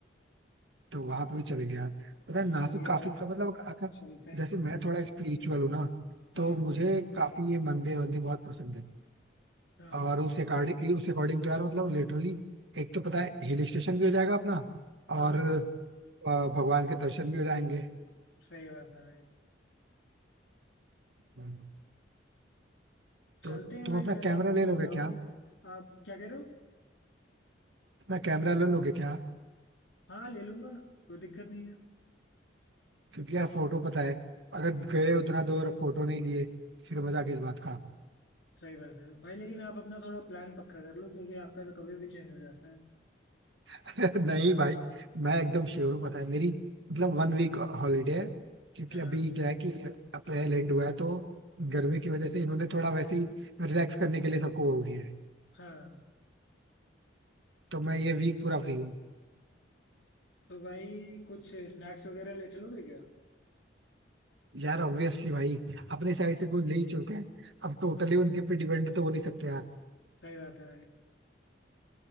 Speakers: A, on the right (about 70°); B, on the left (about 80°).
A: तो वहां पे भी चलेंगे यार पता है
B: सही
A: नासिक
B: है
A: काफी
B: भाई
A: मतलब अगर
B: चलते हैं
A: जैसे मैं थोड़ा स्पिरिचुअल हूँ ना
B: हाँ
A: तो मुझे काफी ये मंदिर वंदिर बहुत पसंद है
B: हाँ
A: और उस अकॉर्डिंग उस अकॉर्डिंग तो यार मतलब लिटरली एक तो पता है हिल स्टेशन भी हो जाएगा अपना
B: हाँ
A: और आ, भगवान के दर्शन भी हो जाएंगे
B: सही बात है भाई
A: हम्म।
B: चलते
A: तो तुम
B: हैं भाई
A: अपना
B: फिर आप
A: कैमरा
B: मुझे
A: ले लोगे
B: बताओ
A: क्या
B: आप क्या कह रहे हो
A: अपना कैमरा ले लोगे क्या
B: हाँ ले लूंगा कोई दिक्कत नहीं है
A: क्योंकि यार फोटो पता है अगर गए उतना दूर फोटो नहीं लिए फिर मजा किस बात का
B: सही बात है भाई लेकिन आप अपना थोड़ा प्लान पक्का कर लो क्योंकि आपका तो कभी भी चेंज हो जाता है
A: <laughs> नहीं भाई मैं एकदम श्योर हूँ पता है मेरी मतलब वन वीक हॉलीडे है क्योंकि
B: हाँ
A: अभी क्या है कि अप्रैल एंड हुआ है तो गर्मी की वजह से इन्होंने थोड़ा वैसे ही रिलैक्स करने के लिए सबको बोल दिया है
B: हाँ
A: तो मैं ये वीक पूरा फ्री हूँ
B: तो भाई कुछ स्नैक्स वगैरह ले चलोगे क्या
A: यार ऑब्वियसली भाई अपने साइड से कुछ ले ही चलते हैं अब टोटली उनके पे डिपेंड तो हो नहीं सकते यार
B: सही बात है भाई